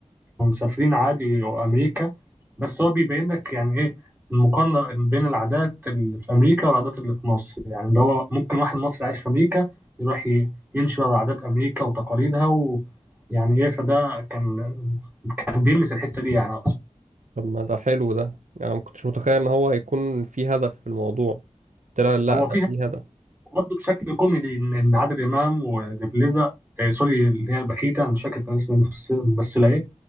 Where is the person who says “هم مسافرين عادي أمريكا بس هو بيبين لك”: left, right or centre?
Right